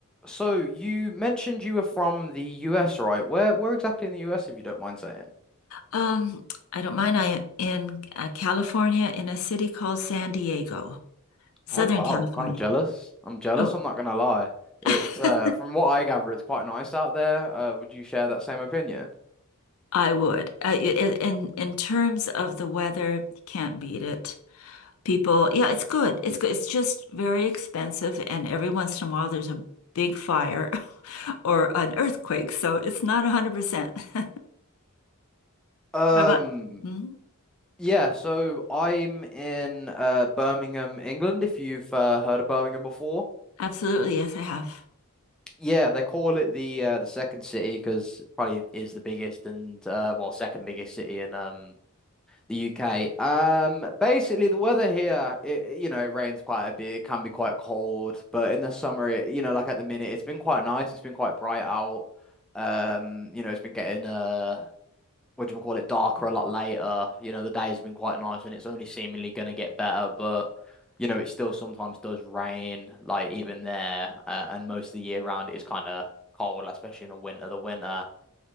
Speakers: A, in the centre; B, on the left (about 65°).
A: So you mentioned you were from the US, right? Where where exactly in the US, if you don't mind saying?
B: Um, I don't mind. I in uh, California in a city called San Diego, Southern
A: Oh wow,
B: California.
A: I'm kind of jealous. I'm jealous,
B: Oh,
A: I'm not gonna lie. It's
B: <laughs>
A: uh from what I gather, it's quite nice out there. Uh, would you share that same opinion?
B: I would. Uh, i- i- in in terms of the weather, can't beat it. People, yeah, it's good. It's good. It's just very expensive, and every once in a while there's a big fire <laughs> or an earthquake, so it's not 100%. <laughs>
A: Um
B: How about? Mhm.
A: yeah, so I'm in uh Birmingham, England, if you've uh, heard of Birmingham before.
B: Absolutely, yes, I have.
A: Yeah, they call it the uh the second city because probably is the biggest and uh well second biggest city in um The UK. Um, basically the weather here, it, you know, it rains quite a bit. It can be quite cold, but in the summer, it, you know, like at the minute, it's been quite nice. It's been quite bright out. Um, you know, it's been getting uh, what do you call it, darker a lot later. You know, the days have been quite nice, and it's only seemingly going to get better. But you know, it still sometimes does rain, like even there, uh, and most of the year round it is kind of cold, like, especially in the winter. The winter